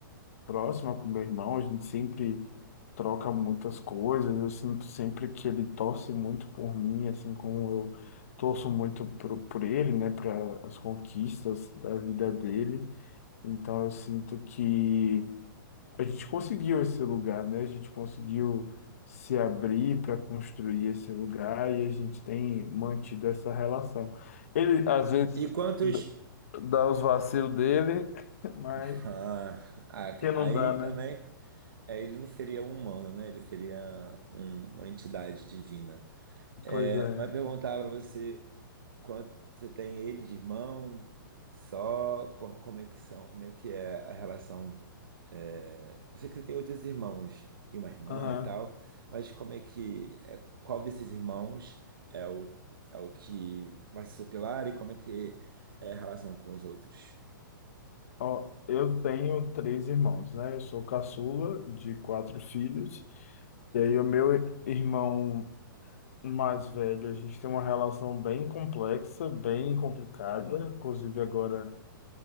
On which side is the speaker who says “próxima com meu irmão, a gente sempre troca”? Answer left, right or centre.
Left